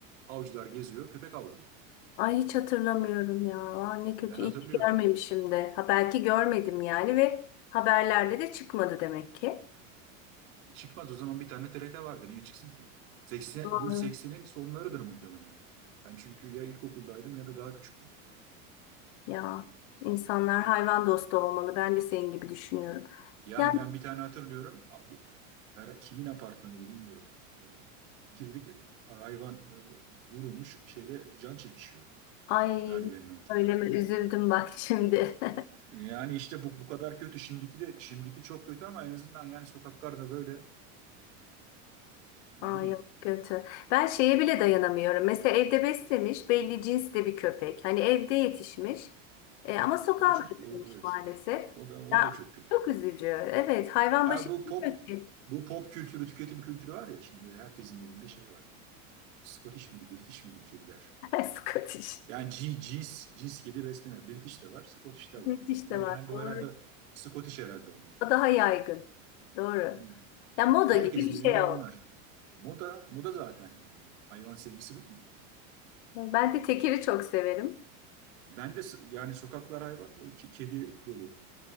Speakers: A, on the right; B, on the left.
A: Avcılar geziyor, köpek avlıyor.
B: Ay hiç hatırlamıyorum ya. Aa, ne kötü.
A: Ben hatırlıyorum.
B: İyi ki görmemişim de. Ha, belki görmedim yani ve haberlerde de çıkmadı demek ki.
A: E, Çıkmaz o zaman bir tane TRT vardı. Niye çıksın ki? 80,
B: Doğru.
A: bu 80'in sonlarıdır muhtemelen. Ben çünkü ya ilkokuldaydım ya da daha küçüktüm.
B: Ya insanlar hayvan dostu olmalı. Ben de senin gibi düşünüyorum.
A: Yani
B: Yani
A: ben bir tane hatırlıyorum. Abi, her- kimin apartmanıydı bilmiyorum. E, girdik hayvan e, vurulmuş şeyde can çekişiyor
B: ay
A: merdivenin altında.
B: öyle mi üzüldüm bak şimdi. <laughs>
A: Yani işte bu bu kadar kötü. Şimdiki de şimdiki çok kötü ama en azından yani sokaklarda böyle ne
B: Ay
A: bileyim
B: yok kötü. Ben şeye bile dayanamıyorum. Mesela evde beslemiş belli cinsli bir köpek. Hani evde yetişmiş E, ama sokağa
A: O çok
B: bırakılmış
A: o- evet.
B: maalesef.
A: O da o
B: Ya
A: da çok kötü.
B: çok üzücü. Evet hayvan
A: Ya
B: başı
A: bu pop
B: bilmiyor ki.
A: bu pop kültürü, tüketim kültürü var ya şimdi herkesin evinde şey var. Scottish miydi, British miydi kediler?
B: <laughs> Scottish.
A: Yani cin, cins cins kedi besleme. British de var, Scottish de
B: British
A: var. Ama
B: de
A: genelde
B: var. Doğru.
A: o herhalde Scottish herhalde onlar.
B: O daha yaygın. Doğru.
A: Hı.
B: Ya moda
A: Herkesin
B: gibi bir
A: evinde
B: şey oldu.
A: onlar. Moda, moda zaten yani. Hayvan sevgisi bu değil ki.
B: Ben de tekiri çok severim.
A: Ben de s- yani sokaklar hayvan dolu, ki- kedi dolu.